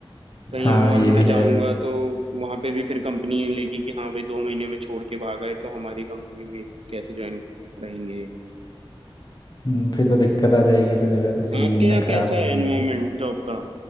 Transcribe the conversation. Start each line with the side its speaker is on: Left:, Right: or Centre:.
Right: कहीं
Left: हाँ
Right: और
Left: ये भी
Right: मैं
Left: है
Right: जाऊंगा तो वहां पे भी फिर कंपनी नहीं लेगी कि हाँ भाई दो महीने में छोड़ के भागा है तो हमारी कंपनी भी कैसे ज्वाइन रहेंगे
Left: हम्म, फिर तो दिक्कत आ जाएगी फिर अगर सीवी
Right: आपके
Left: ने
Right: यहाँ
Left: खराब
Right: कैसा है
Left: कर
Right: एनवायरमेंट
Left: दी तो।
Right: जॉब का